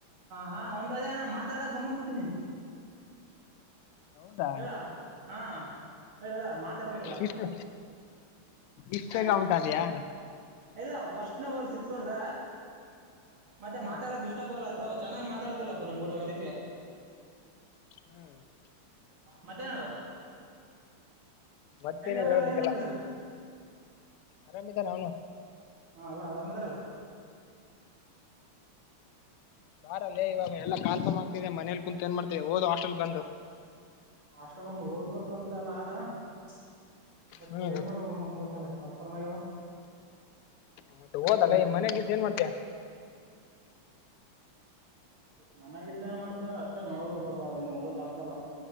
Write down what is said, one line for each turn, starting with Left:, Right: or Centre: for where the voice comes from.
Right: ಹಾ, ಒಂಟದೇ, ನ, ಮಾತಾಡ, ಗಮನ ಕೊಟ್ಟಿನಿ. <inaudible>
Left: ಹೌದಾ
Right: ಹೇಳಾ? <inaudible> ಹಾ, ಹೇಳುಹೇಳು, ಮಾ. <inaudible> ಮತ್ಹಾಡುಬೇಕುಳ?
Left: ಇಷ್ಟು ಇಷ್ಟು
Right: <inaudible>
Left: ಬೇಗ ಉಂಟಾದ್ಯಾ
Right: ಇಲ್ಲ, ಫಸ್ಟ್ ನ, ಬಾಲ್ ಸಿಕ್ಸ್ ಹೊಡ್ದ. <inaudible> ಮತ್ತೆ,
Left: ಹಾ
Right: ಮಾತಾಡಕ್, ಡಿಸ್ಟ್ರಿಕ್ಟ್, ಅಗಲ ತಾಕೋಳಿ? <inaudible> ಚೆನ್ನಾಗ್ ಮಾತಾಡ್ತಿಲ್ಲಪ್ಪ! ನಿಂಗ ಕೂಡ ಅದಕ್ಕೆ? <inaudible>
Left: ಹ್ಮ್... <inaudible>
Right: ಮತ್ತೆೇನ್, ಮಾಡೋದು? <inaudible>
Left: ಮತ್ತೇನು,
Right: ಎಲ್ಲಿ ಅವರೆಲ್ಲ
Left: ಹೇಳ್ಬೇಕೆಲ್ಲ
Right: ಏನ್ ಮಾಡ್ತಿದ್ರ
Left: ಆರಾಮಿದಾನ, ಅವನು? <unintelligible>
Right: ಹಾ, ಅಲ್ಲಾ ಆ, ರಾಮ್ದಾರಲ್ಲ. <inaudible>
Left: ಬಾರಲೈ, ಇವಾಗ, ಎಲ್ಲಾ. <inaudible> ಕಾಲ್ಕ್, ಆಗ್ತಿದೆ ಮನೇಲಿ ಕುಂತ್ ಏನ್ ಮಾಡ್ತಿಯ ಓದ್ ಹಾಸ್ಟೆಲ್ ಬಂದು. <inaudible>
Right: ಅಷ್ಟಗೊಂದು, ಓದ್ಬೇಕಂತ, ಎಲ್ಲ, ಆದರೆ. <inaudible> ಬಟ್
Left: ಹ್ಮ್
Right: ಏನ್, ಮಾಡಬೇಕು, ನೋಡು, ನಮಗೂ, ಗತ್ತಲ್ಲತ್ತು, ಕಾಫರ್ಮ ಆಗ್ಯಾವ. <unintelligible>
Left: ತಮತ್ತೆ,
Right: ಹೋಗ್ಯದ
Left: ಹೊದ್ಲೈ,
Right: ಅಡಿಷನ್
Left: ಈ ಮನ್ಯಾಲೀ, ಕುಂತು, ಏನು, ಮಾಡುತ್ತೀಯಾ? <inaudible>
Right: ಮನ್ಗಿದ್ದ್ದೇನ್, ಮಾಡ್.. <unintelligible> ಅಂದ್ರೆ, ಅಷ್ಟೇ ನೋಡಬೇಕಪ್ಪಾ! ಏನ್ ಒದಹಾಕು ಆಗುತ್ತಾಲ.